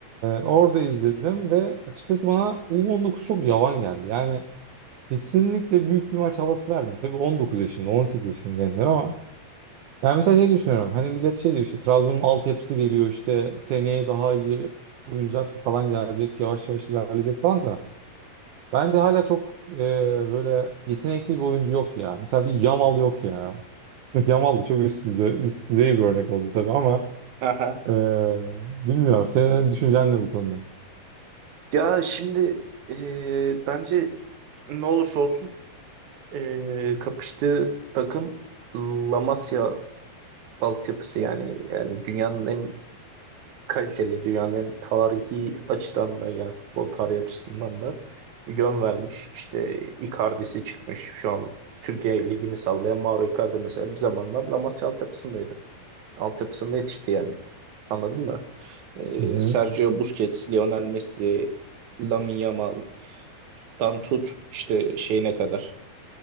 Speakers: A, on the right; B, on the right.
A: orada izledim ve açıkçası bana U19 çok yavan geldi. Yani kesinlikle büyük bir maç havası vermiyor. Tabii 19 yaşında, 18 yaşında gençler ama yani mesela şey düşünüyorum. Hani millet şey diyor işte Trabzon'un altyapısı geliyor işte seneye daha iyi oyuncular falan gelecek, yavaş yavaş ilerleyecek falan da bence hala çok e, böyle yetenekli bir oyuncu yok ya. Mesela bir Yamal yok ya. <laughs> Yamal da çok üst düzey, üst düzey bir örnek oldu tabii ama
B: aha.
A: Ee, bilmiyorum. Senin düşüncen ne bu konuda?
B: Ya şimdi e, bence ne olursa olsun Ee, kapıştığı takım La Masia altyapısı yani yani dünyanın en kaliteli, dünyanın en tarihi açıdan da yani futbol tarihi açısından da yön vermiş. İşte Icardi'si çıkmış. Şu an Türkiye ligini sallayan Mauro Icardi mesela bir zamanlar La Masia altyapısındaydı. Altyapısında yetişti yani. Anladın mı? Ee,
A: Hı hı.
B: Sergio Busquets, Lionel Messi, Lamine Yamal'dan tut işte şeyine kadar